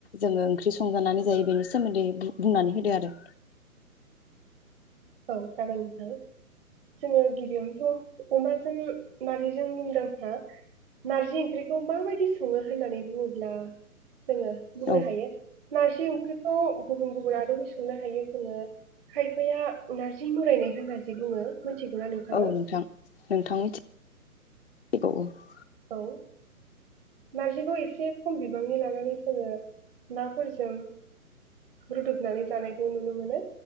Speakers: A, on the left; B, on the right.
A: जोङो ओंख्रि संजानानै जायो बेनि सोमोन्दै बुंनानै होदो आरो।
B: औ जागोन नोंथां जोङो गिबियावनोथ' अमाजों नार्जिजों मुंदांखा नारजि ओंख्रिखौ माबायदि सङो होननानै बुङोब्ला जोङो बुंनो
A: औ
B: हायो नारजि ओंख्रि खौ गुबुन गुबुन आदबै संनो हायो जोङो खायफाया नार्जि मरायनाय होनना जे बुङो मिथिगौना नोंथाङा
A: औ नोंथां नोंथां मिथि <unintelligible>
B: औ नारजिखौ एसे खम बिबांनि लानानै जोङो नाफोरजों रुदबनानै जानायखौ नुनो मोनो।